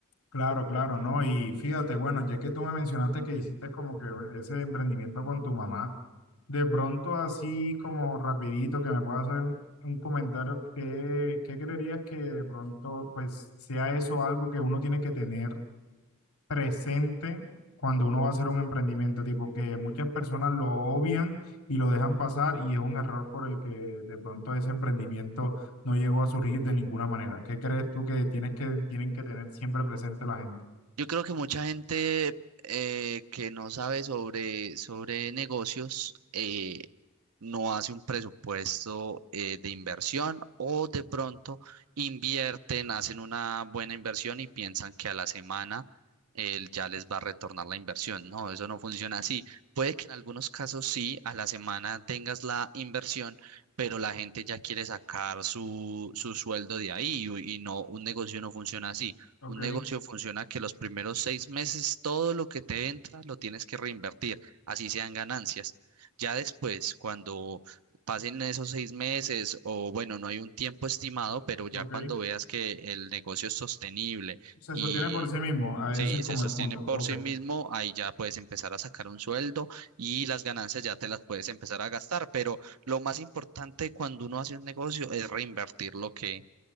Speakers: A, on the left; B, on the right.
A: Claro, claro, ¿no? Y fíjate, bueno, ya que tú me mencionaste que hiciste como que ese emprendimiento con tu mamá, de pronto así como rapidito que me puedas hacer un, un comentario, ¿qué, qué creerías que de pronto pues sea eso algo que uno tiene que tener presente cuando uno va a hacer un emprendimiento? Tipo que muchas personas lo obvian y lo dejan pasar y es un error por el que de pronto ese emprendimiento no llegó a surgir de ninguna manera. ¿Qué crees tú que tienes que, tienen que tener siempre presente la gente?
B: Yo creo que mucha gente eh, que no sabe sobre, sobre negocios eh, no hace un presupuesto eh, de inversión o de pronto invierten, hacen una buena inversión y piensan que a la semana eh, ya les va a retornar la inversión. No, eso no funciona así. Puede que en algunos casos sí, a la semana tengas la inversión, pero la gente ya quiere sacar su, su sueldo de ahí y y no, un negocio no funciona así.
A: Ok,
B: Un negocio funciona que los primeros seis meses todo lo que te entra lo tienes que reinvertir, así sean ganancias. Ya después, cuando pasen esos seis meses, o bueno, no hay un tiempo estimado, pero ya
A: ok.
B: cuando veas que el negocio es sostenible
A: Se
B: y
A: sostiene por sí mismo, a veces
B: sí,
A: como
B: se sostiene
A: el punto.
B: por
A: Ok.
B: sí mismo, ahí ya puedes empezar a sacar un sueldo y las ganancias ya te las puedes empezar a gastar. Pero lo más importante cuando uno hace un negocio es reinvertir lo que,